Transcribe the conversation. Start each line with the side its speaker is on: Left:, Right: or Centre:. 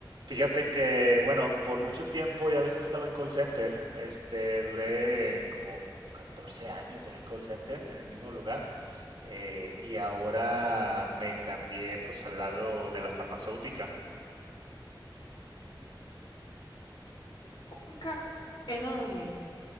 Right: Fíjate que, bueno, por mucho tiempo ya ves que estaba en call center, este, duré como 14 años en el call center, en el mismo lugar, eh, y ahora me cambié pues al lado de la farmacéutica.
Left: Un ca- enorme,